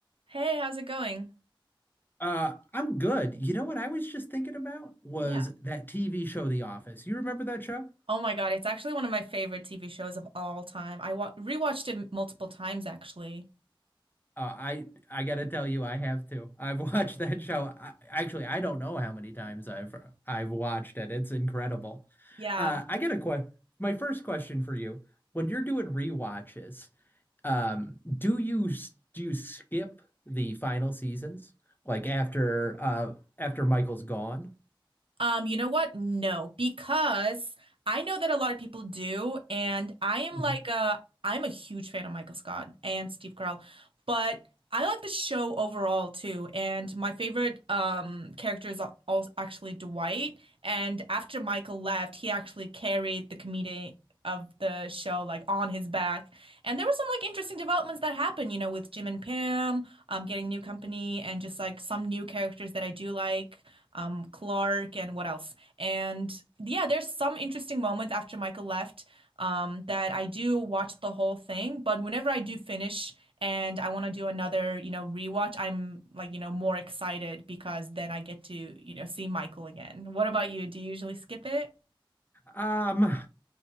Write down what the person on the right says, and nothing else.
Hey, how's it going?
Yeah.
Oh my God, it's actually one of my favorite TV shows of all time. I wa rewatched it multiple times, actually.
Yeah.
Um, you know what? No, because I know that a lot of people do, and I am
like a I'm a huge fan of Michael Scott and Steve Carell, but I like the show overall too. And my favorite um character is also actually Dwight. And after Michael left, he actually carried the comedian of the show like on his back. And there were some like interesting developments that happened, you know, with Jim and Pam, um, getting new company and just like some new characters that I do like um, Clark and what else? And yeah, there's some interesting moments after Michael left um, that I do watch the whole thing, but whenever I do finish and I want to do another, you know, rewatch, I'm like, you know, more excited because then I get to, you know, see Michael again. What about you? Do you usually skip it?